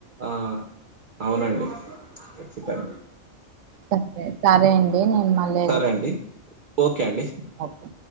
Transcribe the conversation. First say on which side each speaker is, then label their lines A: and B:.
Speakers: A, on the right; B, on the right.
A: అ అవునండి ఖచ్చితంగా
B: సరే సరే అండి నేను మళ్ళీ ఎదో
A: సరే అండి ఓకే అండి
B: ఓకే